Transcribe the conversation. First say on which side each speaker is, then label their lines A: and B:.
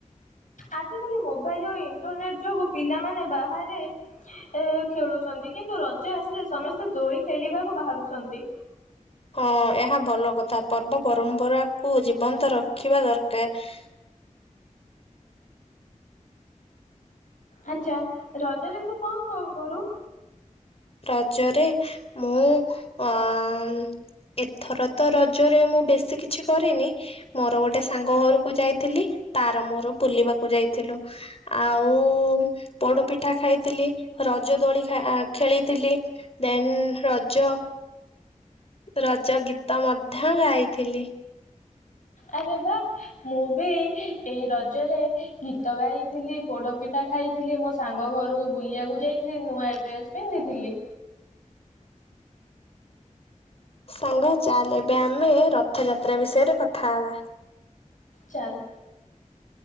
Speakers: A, on the left (about 70°); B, on the left (about 45°).
A: ଆଜିକାଲି ମୋବାଇଲ୍ ଓ ଇଣ୍ଟରନେଟ ଯୋଗୁ ପିଲାମାନେ ବାହାରେ ଏ ଖେଳୁଛନ୍ତି କିନ୍ତୁ ରଜ ଆସିଲେ ସମସ୍ତେ ଦୋଳି ଖେଳିବାକୁ ବାହାରୁଛନ୍ତି।
B: ହଁ ଏହା ଭଲ କଥା, ପର୍ବ ପରମ୍ପରାକୁ ଜୀବନ୍ତ ରଖିବା ଦରକାର।
A: ଆଚ୍ଛା ରଜରେ ତୁ କଣ କଣ କରୁ?
B: ରାଜରେ ମୁଁ ଅଁ ଏଥର ତ ରଜରେ ମୁଁ ବେଶୀ କିଛି କରିନି। ମୋର ଗୋଟେ ସାଙ୍ଗ ଘରକୁ ଯାଇଥିଲି ତାର ମୋର ବୁଲିବାକୁ ଯାଇଥିଲୁ। ଆଉ ପୋଡ଼ପିଠା ଖାଇଥିଲି, ରଜ ଦୋଳି ଖା ଆ ଖେଳିଥିଲି, ଦେନ୍ ରଜ ରଜ ଗୀତ ମଧ୍ୟ ଗାଇଥିଲି।
A: ଆରେ ବା! ମୁଁ ବି ଏଇ ରଜରେ ଗୀତ ଗାଇଥିଲି, ପୋଡ଼ପିଠା ଖାଇ ଥିଲି, ମୋ ସାଙ୍ଗ ଘରକୁ ବୁଲିବାକୁ ଯାଇଥିଲି, ନୂଆ ଡ୍ରେସ୍ ପିନ୍ଧିଥିଲି।
B: ସାଙ୍ଗ ଚାଲ୍ ଏବେ ଆମେ ରଥଯାତ୍ରା ବିଷୟରେ କଥା ହବା।
A: ଚାଲ୍।